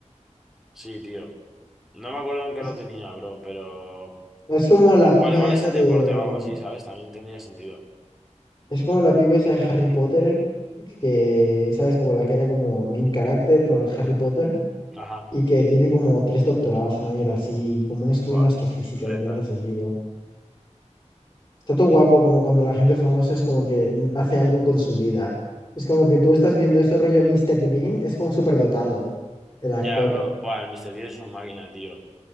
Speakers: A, in the centre; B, on the left (about 25°).
A: Sí, tío. No me acuerdo en
B: Es,
A: qué lo tenía, bro, pero...
B: es como la
A: Igual,
B: piba
A: igual
B: esa
A: es en
B: de.
A: deporte o algo así, ¿sabes? También tendría sentido.
B: Es como la piba esa de Harry Potter, que, ¿sabes? Como la que era como main character con Harry Potter
A: Ajá,
B: y que tiene como tres doctorados, una mierda así, como un estudio
A: buah,
B: en astrofísica
A: renta.
B: y mierdas así, bro. Está todo guapo como cuando la gente famosa es como que hace algo con su vida. Es como que tú estás viendo esto rollo Mr. Bean, es como superdotado el actor.
A: Ya, bro, buah, el Mr. Bean es un máquina, tío.